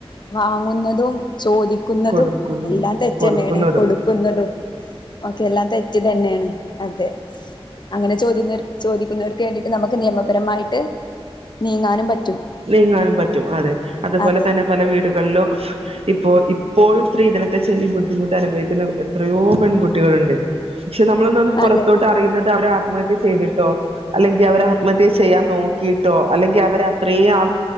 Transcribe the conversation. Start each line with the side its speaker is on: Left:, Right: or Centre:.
Left: വാങ്ങുന്നതും ചോദി ക്കുന്നതും
Right: കൊടുക്കുന്നു
Left: എല്ലാം തെറ്റ്
Right: കൊടുക്കുന്നതും
Left: തന്നയാണ് കൊടുക്കുന്നതും ഓക്കെ എല്ലാം തെറ്റ് തന്നെയാണ് അതെ അങ്ങനെ ചോദ്യം നേർ ചോദിക്കുന്നവർക്ക് വേണ്ടിട്ട് നമുക്ക് നിയമപരമായിട്ട് നീങ്ങാനും പറ്റും
Right: നീങ്ങാനും പറ്റും അതെ അതുപോലെ
Left: അതെ
Right: തന്നെ പല വീടുകളിലും ഇപ്പോ ഇപ്പോഴും സ്ത്രീധനത്തെ ചൊല്ലി ബുദ്ധിമുട്ട് അനുഭവിക്കുന്ന എത്രയോ പെൺകുട്ടികളുണ്ട് പക്ഷെ നമ്മളൊന്നും അത് പുറത്തോ
Left: അതെ
Right: അറിയുന്നത് അവർ ആത്മഹത്യ ചെയ്തിട്ടോ അല്ലെങ്കി അവർ ആത്മഹത്യ ചെയ്യാൻ നോക്കിയിട്ടോ അല്ലെങ്കി അവ അത്രേ ആഹ്